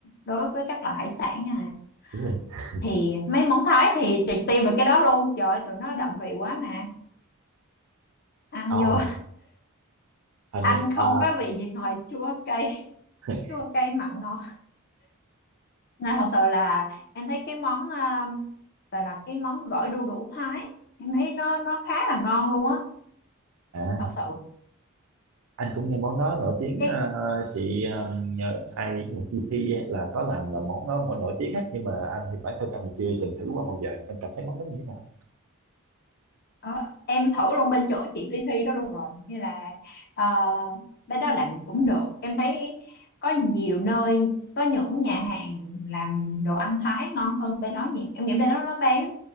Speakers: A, on the left; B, on the right.
A: đối với các loại hải sản à
B: thú vị.
A: thì mấy món Thái thì triệt tiêu được cái đó luôn trời ơi tụi nó đậm vị quá mà ăn
B: Ồ,
A: vô <laughs>
B: hình như
A: ăn không
B: à,
A: có vị gì ngoài chua cay
B: <laughs>
A: <laughs> chua cay mặn ngọt nên thật sự là em thấy cái món uh, gọi là cái món gỏi đu đủ Thái em thấy nó nó khá là ngon luôn á
B: à,
A: thật sự
B: anh cũng nghe món đó nổi tiếng
A: cái
B: à, chị um, nhờ ai chị Thi là có làm là món đó món nổi tiếng á. nhưng mà anh thì bản thân anh thì chưa từng thử qua bao giờ em cảm thấy món đó như thế nào?
A: Ờ, em thử luôn bên chỗ chị Ti Thi đó luôn rồi như là uh, bên đó làm cũng được em thấy có nhiều nơi có những nhà hàng làm đồ ăn Thái ngon hơn bên đó nhiều em nghĩ bên đó nó bán